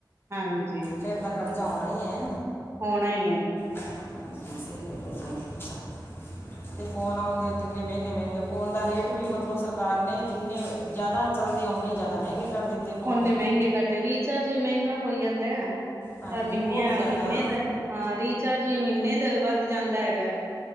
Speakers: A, on the right (about 30°); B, on the left (about 30°).
A: ਹਾਂਜੀ
B: ਫਿਰ ਤਾਂ ਖਰਚਾ ਆਉਣਾ ਹੀ ਹੈ।
A: ਹੋਣਾ ਈ ਹੈ ਜੀ।
B: ਹਾਂਜੀ ਸਹੀ ਗੱਲ ਹੈ ਜੀ ਤੇ ਫੋਨ ਆਉਂਦੇ ਆ ਕਿੰਨੇ ਮਹਿੰਗੇ-ਮਹਿੰਗੇ ਫੋਨ ਦਾ ਰੇਟ ਵੀ ਮਤਲਬ ਸਰਕਾਰ ਨੇ ਜਿੰਨੇ ਜ਼ਿਆਦਾ ਚਲਦੇ ਉਨੇ ਜ਼ਿਆਦਾ ਮਹਿੰਗੇ ਕਰ ਦਿੱਤੇ। ਫੋਨ
A: ਓਨੇ ਮਹਿੰਗੇ ਕਰਤੇ, ਰੀਚਾਰਜ ਵੀ ਮਹਿੰਗਾ ਹੋ ਜਾਂਦਾ,
B: ਹਾਂਜੀ
A: ਤਾ ਮਹੀਨੇ-ਮਹੀਨੇ
B: ਬਹੁਤ ਜ਼ਿਆਦਾ
A: ਦਾ ਹਾਂ, ਰੀਚਾਰਜ ਵੀ ਮਹੀਨੇ ਦਾ ਵੀ ਵੱਧ ਜਾਂਦਾ ਹੈਗਾ।